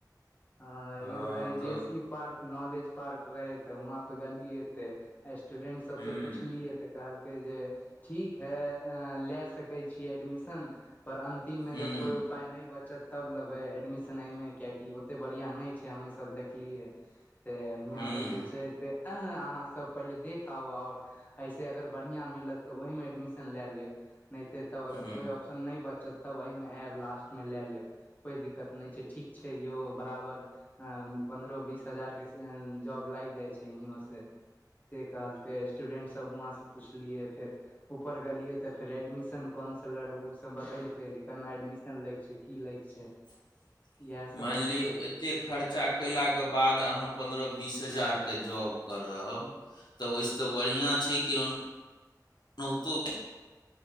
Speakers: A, on the left; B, on the left.
A: ह
B: हँ
A: एगो रहे
B: तऽ
A: जे सी पार्क नॉलेज पार्क रहै त हुआँ पर गेलियै त स्टूडेन्ट सबसँ
B: हूँ
A: पुछलियै त कहलकै जे ठीक है लए सकै छिय एडमिशन पर अन्तिम मे
B: हूँ
A: जब कोइ उपाय नहि बचत तब लेबै एडमिशनमे कियकि ओते बढ़िया नहि छै हमे सब देखलियै त यियाँ
B: हूँ
A: पे जे छै अहाँसभ पहिले देखउ आओर एहिसे अगर बढ़िआँ मिलत त ओहिमे एडमिशन लए लेब नहिते तब अगर
B: हूँ
A: कोइ ऑप्शन नहि बचत तब एहिमे आयब लास्ट मे लए लेब कोइ दिक्कत नहि छै ठीक छै यौ बराबर पन्द्रह बीस हजारके जॉब लाग जाइ छै हियाँसँ से कहलके स्टूडेंटसभ हुआँ सँ पुछलिये फेर ऊपर गेलियै त फेर एडमिशन काउंसलर ओसभ बतेलकै जे केना एडमिशन लै छै की लेग छै
B: <inaudible>
A: इहा सब बत
B: तेयो एतै खर्चा कयलाके बाद अहाँ पन्द्रह बीस हजारके जॉब करब त ओहिसँ त बढ़िआँ छै कि ओनाहे <unintelligible> तो